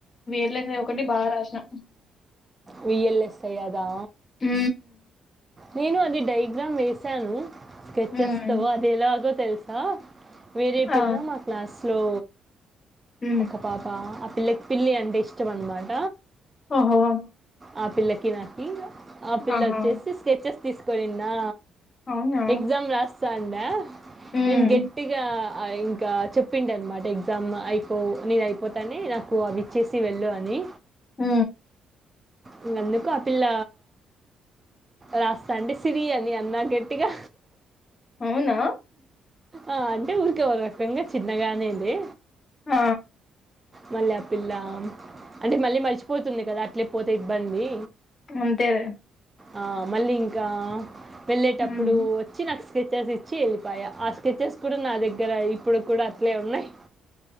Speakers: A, on the left; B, on the right.
A: విల్ యస్ ఒకటి బాగా రాసిన
B: విఎల్ఎస్ఐ అదా
A: ఉ
B: నేను అది డైగ్రామ్ వేసాను స్కెచెస్తో
A: ఉమ్
B: అది ఎలాగో తెలుసా వేరే
A: ఆ
B: పిల్ల మా క్లాస్లో
A: ఉ
B: అ పాప ఆ పిల్లకి పిల్లి అంటే ఇష్టం అనమాట
A: ఒహో
B: ఆ పిల్లకి నాకి ఆ పిల్ల
A: ఆహా
B: వచ్చేసి స్కెచెస్ తీసుకవోయిందా
A: అవునా
B: ఎగ్జామ్ రాస్థాండా
A: ఉమ్,
B: నేను గెట్ గట్టిగా ఇంకా చెప్పిండ అనమాట ఎగ్జామ్ అయిపో నిధి అయిపోతానే నాకు కు అవి ఇచ్చేసి వెళ్ళు అని
A: ఉ
B: ఇంగ అందుకు ఆ పిల్ల రాస్తా అంటే సిరి అని అన్న గట్టిగా
A: అవునా
B: ఆ అంటే ఊరికే ఒక రకంగా చిన్నగానే లే
A: ఆ
B: మళ్ళీ ఆ పిల్ల అంటే మళ్ళీ మరిచిపోతుంది కదా అట్లే పోతే ఇబ్బంది
A: అంతేలె
B: ఆ మళ్ళీ ఇంకా వెళ్ళేటప్పుడు
A: ఉమ్,
B: ఇచ్చి నాకు స్కెచెస్ ఇచ్చి వెళ్ళిపాయా ఆ స్కెచెస్ కూడా నా దగ్గర ఇప్పుడు కూడా అట్లే ఉన్నాయి